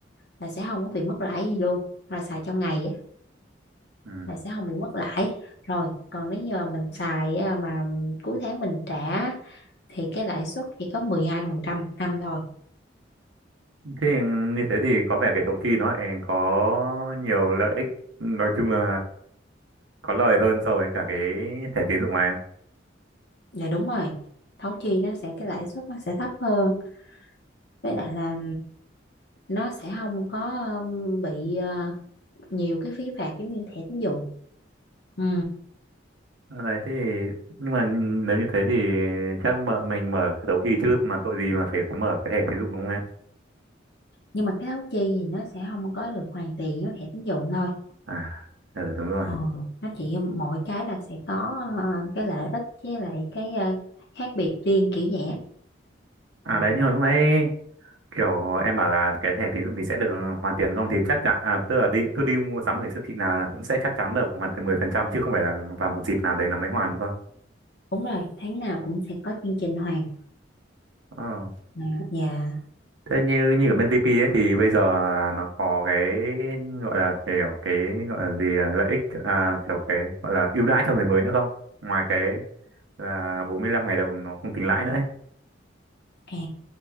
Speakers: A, on the left (about 60°); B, on the right (about 80°).
A: là sẽ không có bị mất lãi gì luôn là xài trong ngày á
B: ừ.
A: là sẽ không bị mất lãi rồi còn nếu như mà mình xài à, mà cuối tháng mình trả thì cái lãi suất chỉ có 12% một năm thôi
B: thế như thế thì có vẻ cái thấu chi nó lại có nhiều lợi ích nói chung là có lời hơn so với cả cái thẻ tín dụng này em
A: là đúng rồi thấu chi nó sẽ cái lãi suất nó sẽ thấp hơn với lại là nó sẽ không có um, bị ờ, nhiều cái phí phạt giống như thẻ tín dụng ừ.
B: Ờ, đấy thế thì- nhưng mà nếu như thế thì chắc mở mình mở cái đấu khi chứ mà tội gì mà phải mở cái thẻ tín dụng đúng không em
A: nhưng mà cái thấu chi thì nó sẽ không có được hoàn tiền với thẻ tín dụng thôi
B: à ừ, đúng rồi
A: ừ. nó chỉ mỗi cái là sẽ có ờ, cái lợi ích với lại cái ờ, khác biệt riêng kiểu vậy á.
B: à
A: à,
B: đấy nhưng mà lúc nãy kiểu em bảo là cái thẻ tín dụng thì sẽ được hoàn tiền không thì chắc chắn à tức là đi cứ đi mua sắm ở siêu thị nào là cũng sẽ chắc chắn được hoàn tiền 10% chứ không phải là vào một dịp nào đấy là mới hoàn đúng không
A: đúng rồi tháng nào cũng sẽ có chương trình hoàn
B: Ờ
A: à, dạ
B: Thế như như ở bên VP ấy thì bây giờ nó có cái gọi là kiểu cái gọi là gì à, lợi ích à, kiểu cái gọi là ưu đãi cho người mới nữa không? Ngoài cái là 45 ngày đầu nó không tính lãi nữa ấy.
A: À,